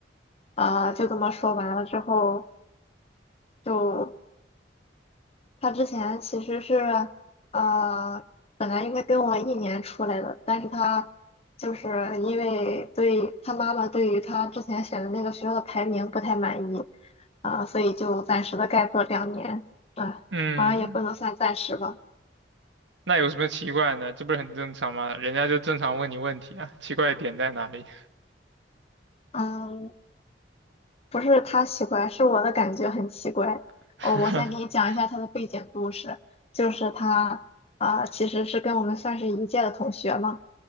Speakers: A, on the left; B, on the right.
A: 啊、就这么说完了之后，就他之前其实是呃，本来应该跟我一年出来的，但是他就是因为对他妈妈对于他之前选的那个学校的排名不太满意啊、所以就暂时的 gap 了两年，啊、
B: 嗯，
A: 好像也不能算暂时吧，
B: 那有什么奇怪呢？这不是很正常吗？人家就正常问你问题啊，奇怪的点在哪里？
A: 嗯，不是他奇怪，是我的感觉很奇怪。
B: <laughs>
A: 哦，我先给你讲一下他的背景故事，就是他啊、呃其实是跟我们算是一届的同学嘛。